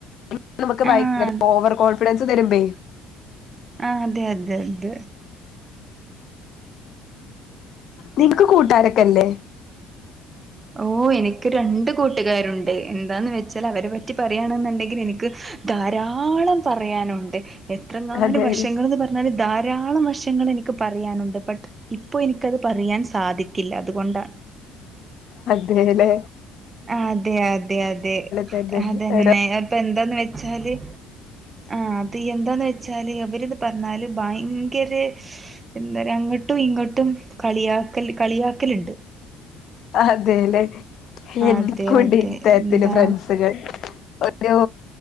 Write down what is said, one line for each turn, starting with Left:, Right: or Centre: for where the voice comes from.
Left: അന്ന് നമ്ക്ക് ഭയങ്കര
Right: ആഹ്
Left: ഓവർ കോൺഫിഡൻസ് ത്ത് തരുമ്പേ
Right: ആഹ് അതെ അതെ അതെ
Left: നിങ്ങ്ക്ക് കൂട്ടാരൊക്കെല്ലേ
Right: ഓ എനിക്ക് രണ്ട് കൂട്ടുകാരുണ്ട് എന്താന്ന് വെച്ചാൽ അവരെ പറ്റി പറയാണ് ന്ന്ണ്ടെങ്കിൽ എനിക്ക് ധാരാളം പറയാനുണ്ട് എത്രങ്ങാനും
Left: അതെ
Right: വർഷങ്ങള്ന്ന്
Left: അതെ
Right: പറഞ്ഞാല് ധാരാളം വർഷങ്ങൾ ഇനിക്ക് പറയാനുണ്ട് ബട്ട് ഇ ഇപ്പൊ ഇനിക്കത് പറയാൻ സാധിക്കില്ല അതുകൊണ്ടാ
Left: അതെലെ
Right: അതെ അതെ അതെ
Left: തന്നെ
Right: അതന്നെ
Left: ഓരോ
Right: അപ്പൊ എന്താന്ന് വെച്ചാല് ആ അത് എന്താന്ന് വച്ചാല് അവര്ത് പറഞ്ഞാല് ഭയങ്കര എന്താറയ അങ്ങോട്ടും ഇങ്ങോട്ടും കളിയാക്കല് കളിയാക്കല്ണ്ട്
Left: അതെലെ എനിക്കുംണ്ട്
Right: അതെ അതെ
Left: ഇത്തരത്തില്
Right: എന്താ
Left: ഫ്രണ്ട്സുകൾ ഒരൊ